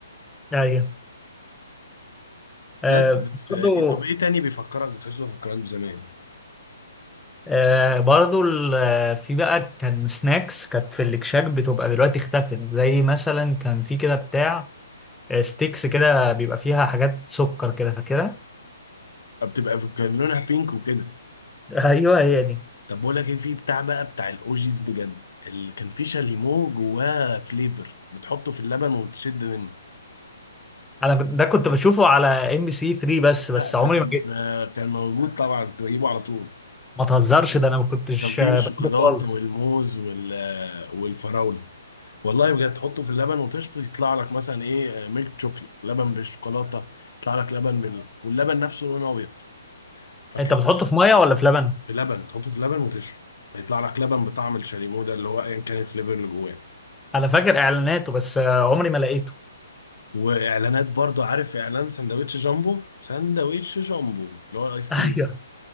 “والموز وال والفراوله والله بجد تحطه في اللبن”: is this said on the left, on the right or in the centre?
Left